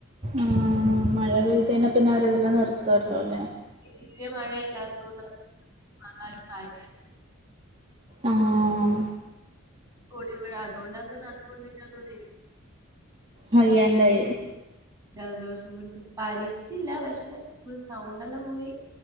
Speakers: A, on the right; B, on the right.
A: ആഹ് ഉം മഴ പെയ്തേനാ പിന്നെ അവര് അതല്ലാം നിർത്തല്ലോ അല്ലേ
B: വല്ല്യ മഴയല്ലാത്തോണ്ട് <unintelligible> ആരും കാര്യ
A: ആഹ്
B: പൊടിമഴ അത് കൊണ്ടാ തോന്ന് അത് കൊണ്ടിട്ടന്ന് വന്നീനി
A: വയ്യാണ്ടായേ
B: ജലദോഷം പിടിച്ച് പനിച്ചില്ല പക്ഷേ ഫുള്ള് സൗണ്ടല്ലാം പോയി